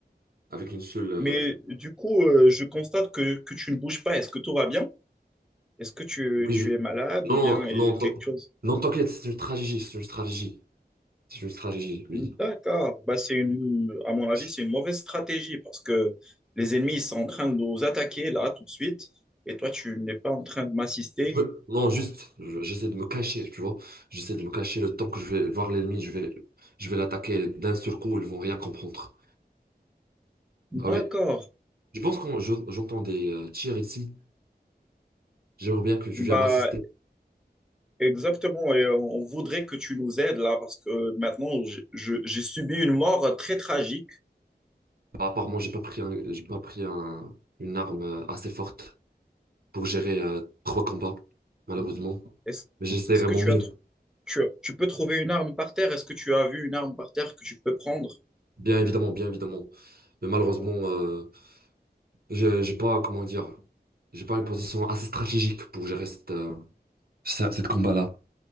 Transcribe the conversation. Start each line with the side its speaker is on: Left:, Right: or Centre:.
Right: avec une seule... euh,
Centre: Mais du coup, euh, je constate que, que tu ne bouges pas. Est-ce que tout va bien? Est-ce que tu,
Right: Oui,
Centre: tu
Right: je-
Centre: es malade ou
Right: Non,
Centre: bien euh,
Right: non, t'en-
Centre: quelque chose?
Right: non, t'inquiète, c'est une stratégie, c'est une stratégie, c'est une stratégie,
Centre: D'accord.
Right: oui.
Centre: Bah, c'est une, à mon avis,
Right: Je-
Centre: c'est une mauvaise stratégie parce que les ennemis ils sont en train de nous attaquer là tout de suite et toi, tu n'es pas en train de m'assister.
Right: je veux- Non, juste, je- j'essaie de me cacher, tu vois. J'essaie de me cacher le temps que je vais voir l'ennemi, je vais, je vais l'attaquer d'un seul coup, ils vont rien comprendre. Ah
Centre: D'accord.
Right: oui, je pense que j'entends des euh, tirs ici. J'aimerais bien que tu
Centre: Bah,
Right: viennes m'assister.
Centre: exactement. Et on on voudrait que tu nous aides là parce que maintenant, je- je- j'ai subi une mort très tragique.
Right: Apparemment, j'ai pas pris un- j'ai pas pris un- une arme euh, assez forte. pour gérer euh, trois combats, malheureusement.
Centre: Est-ce,
Right: Mais j'essaierai
Centre: est-ce que
Right: mon
Centre: tu
Right: mieux,
Centre: as, tr- tu as- tu peux trouver une arme par terre? Est-ce que tu as vu une arme par terre que tu peux prendre?
Right: bien évidemment, bien évidemment. Mais malheureusement, euh, j'ai j'ai pas, comment dire, j'ai pas une position assez stratégique pour gérer cette, euh, ce- cette combat-là.